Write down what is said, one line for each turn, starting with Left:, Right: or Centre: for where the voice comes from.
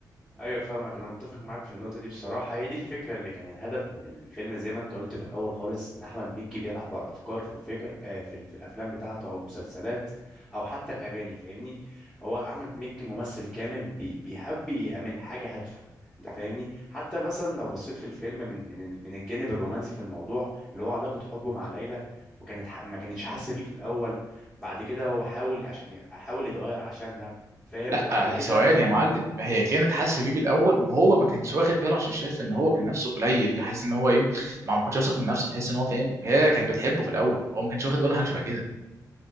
Centre: ايوه فاهمك انا متفق معاك في النقطه دي بصراحه هي دي الفكره اللي كان الهدف من الفيلم زي ما انت قلت في الاول خالص ان احمد مكي بيلعب على الافكار في الفكر آه في, ال- في الافلام بتاعته او المسلسلات او حتى الاغاني فاهمني هو احمد مكي ممثل كامل بي بيحب يعمل حاجه هادفه انت فاهمني حتى مثلا لو بصيت في الفيلم من من ال- من الجانب الرومانسي في الموضوع اللي هو علاقه حبه مع ليلى وكانت ح- ما كانتش حاسه بيه في الاول بعد كده هو حاول عشان ي- حاول يتغير عشانها فاهم
Right: لا
Centre: بعد كده
Right: ثواني يا معلم هي كانت حاسه بيه بالاول وهو ما كانش واخد باله عشان شايف ان هو كان نفسه قليل حاسس ان هو ايه ما ما كانش واثق من نفسه تحس ان هو فاهم هي كانت بتحبه في الاول هو ما كانش واخد باله من حاجه شبه كده